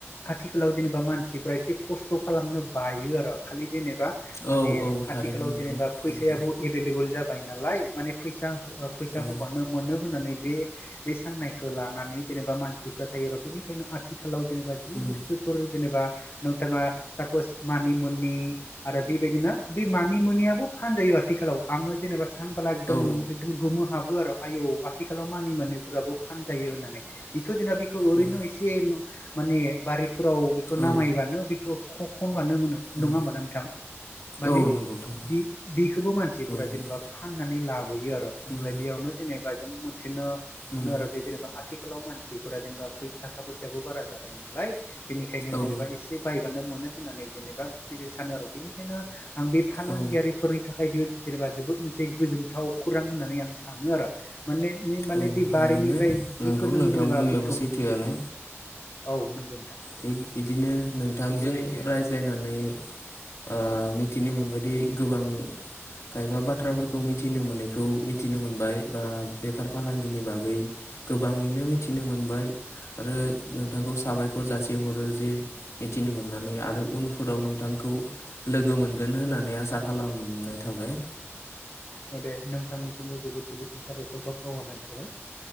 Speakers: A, on the left; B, on the left.
A: आथिखालाव जेनेबा मानसिफ्रा एसे खस्थ' खालामनो बायो आरो खालि जेनेबा माने
B: औ औ थारैनो
A: आथिखालाव
B: नंगौ
A: जेनेबा फैसायाबो
B: नोंथां
A: ऐबेललेबोल जाबाय नालाय माने फैसा हो फैसा
B: औ
A: होबानो मोनो होननानै बे- बे साननायखौ लानानै जेनेबा मानसिफ्रा थायो र बेनिखायनो आथिखालाव जेनेबा जि
B: उम
A: बुस्थुफोर जेनेबा नोंथाङा सापस मानि मुनि आरो बेबायदिनो बे मानि मोनियाबो फानजायो आथिखालाव आङो जेनेबा सानबोला एकदम
B: औ
A: गोमो हाबो आरो आयौ आथिखालाव मानि मानिफोराबो फानजायो होननानै बेथ' जेनेबा बेखौ ओरैनो
B: औ
A: एसे माने बारिफोराव बेखौ नामायबानो
B: औ
A: बेखौ ख खनबानो मोनो। नङा
B: उम
A: होनोमबा नोंथां माने
B: औ नंगौ थारैनो
A: बि बिखौबो मानसिफोरा
B: औ उम
A: जेनेबा फानानै लाबोयो आरो हमबालाइ
B: उम
A: बेयावनो जेनेबा जों मोनथिनो
B: उम
A: मोनो आरो। जेनेबा आथिखालाव मानसिफोरा जेनेबा फैसा थाखा फैसाबो बारा जाबाय नालाय बेनिखायनो
B: औ
A: जेनेबा एसे बायबानो मोनो होननानै जेनेबा बि सानो आरो बेनिखायनो आं बे फालांगियारिफोरनि
B: औ
A: थाखाय बेयो जेनेबा जोबोद मोनसे गोजोनथाव खौरां होननानै आं सानो आरो। माने माने
B: औ
A: बे बारिनिफ्राय
B: थारैनो
A: जिखौ
B: नंगौ
A: नों
B: नोंथां
A: जेनेबा
B: बुंनायाबो
A: बुथुम
B: सैथोआनो
A: औ नंगौ नोंथां।
B: थिग बिदिनो नोंथांजों
A: बेबायदि आरो
B: रायज्लायनानै ओ मिथिनो मोनबायदि गोबां खायफा बाथ्राफोरखौ मिथिनो मोनैखौ मिथिनो मोनबाय बा बेफार फालांगिनि बागै। गोबाङैनो मिथिनो मोनबाय आरो नोंथांखौ साबाय खर जासे हरो जे मिथिनो मोननानै आरो उनफोराव नोंथांखौ लोगो मोनगोन होननानै आसा खालामनाय थाबाय।
A: औ दे नोंथांनिसिमबो जोबोद जोबोद साबायखरबाब बावहरनाय थाबाय।